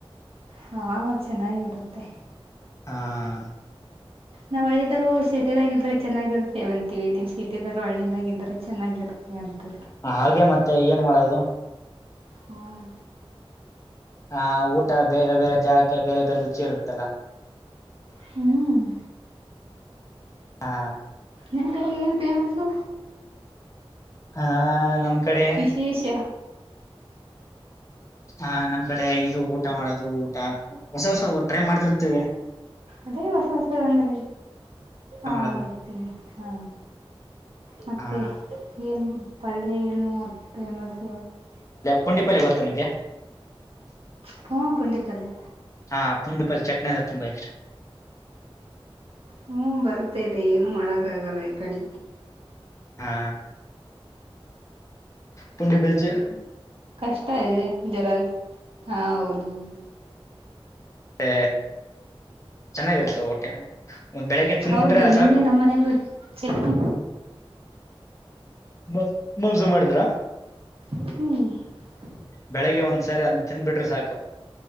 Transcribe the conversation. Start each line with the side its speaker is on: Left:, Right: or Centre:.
Right: ಹಾ ಚೆನ್ನಾಗಿರುತ್ತೆ
Left: ಹ
Right: ನಾವ್ ಹಳ್ಳಿದರು ಸಿಟಿದಾಗಿದರೆ ಚೆನ್ನಾಗಿರುತ್ತೇ ಅಂತೀವಿ ನೀಮ್ ಸಿಟಿದರು ಹಳ್ಳದಾಗಿದ್ರೆ ಚೆನ್ನಾಗಿರುತ್ತೆ ಅಂತ
Left: ಹಾಗೆ ಮತ್ತೆ ಏನ್ ಮಾಡೋದು
Right: ಹ್ಮ್
Left: ಹ ಊಟ ಬೇರೆ ಬೇರೆ ಜಾಗಕ್ಕೆ ಬೇರೆ ಬೇರೆ ರುಚಿ ಇರುತ್ತಲ್ಲ
Right: ಹ್ಮ್
Left: ಹಾ
Right: ನಮ್ಮ್ ಕಡೆ ಏನ್ ಫೇಮಸು
Left: ಹಾ ನಮ್ಮ್ ಕಡೆ
Right: ವಿಶೇಷ
Left: ಹ ನಮ್ ಕಡೆ ಇದು ಊಟ ಮಾಡೋದು ಊಟ ಹೊಸ ಹೊಸ ಟ್ರೈ ಮಾಡ್ತಿಿರ್ತೇವೆ
Right: ಅದೇ ಹೊಸ ಹೊಸದ ಅಂದ್ರೆ ಆ
Left: ಮಾಡೋದು
Right: ರೊಟ್ಟಿ ಹಾ ಮತ್ತುೆ
Left: ಹಾ
Right: ಏನು ಪಲ್ಲೆ ಏನು ಅದು ಫೇಮಸ್
Left: ಪಂಡಿಪಲ್ಲಿ ಗೊತ್ತಾ ನಿಮಗೆ
Right: ಪ ಪುಂಢಿಪಲ್ಲೆ
Left: ಹಾ ಪುಂಡಿಪಲ್ ಚಟ್ನಿ ಅಂದ್ರ ತುಂಬಾ ಇಷ್ಟ
Right: ಹ್ಞ ಬರ್ತೇದೆ ಏನು ಮಾಡಕ್ಕ ಆಗಲ್ಲ ಕಡೆ
Left: ಹಾ ಪುಜೆ ಬೆಲ್ಜಿಯಂ
Right: ಕಷ್ಟ ಇದೆ ಜರ ಹಾ ಹೌದುೌದು
Left: ಹ ಚೆನ್ನಾಗಿರುತ್ತೆ ಊಟ ಹ ಬೆೇಳಳಗೆ ತಿನ್ನಿಬಿಟ್
Right: ಹೌದು
Left: ರ
Right: ನಿನ್ನೆ
Left: ಸಕ
Right: ನಮ್ಮ ಮನೇಲಿ ಚಟ್ನಿ
Left: ಮ ಮಾಂಸ ಜುಮಾಡಿದ್ರ
Right: <unintelligible>
Left: ಬೆಳಿಗ್ಗೆ ಒಂದ್ಸಾರಿ ಅಂತ ತಿಿಂದ ಬಿಿಡ್ರಿ ಸಾಕು